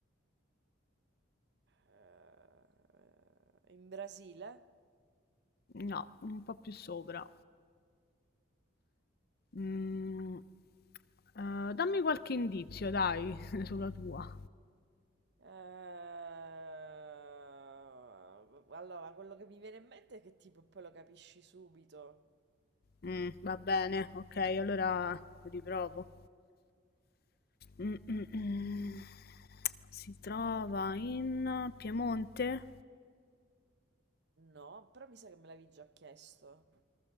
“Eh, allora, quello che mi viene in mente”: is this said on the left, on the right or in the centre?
Right